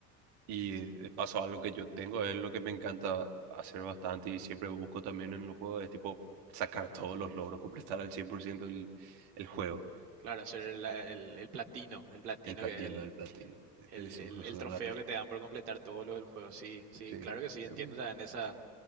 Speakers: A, on the right; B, on the right.
A: Y de paso, algo que yo tengo es lo que me encanta hacer bastante y siempre busco también en los juegos, es tipo sacar todos los logros, completar al 100% el, el juego,
B: Claro, hacer el, el- el platino, el platino
A: el platino,
B: que es el,
A: el platino,
B: el-
A: le decimos
B: el-
A: nosotros
B: el trofeo
A: a la Play.
B: que te dan por completar todo lo del juego. Sí, sí,
A: Sí,
B: claro que sí, entiendo
A: a mí
B: también esa,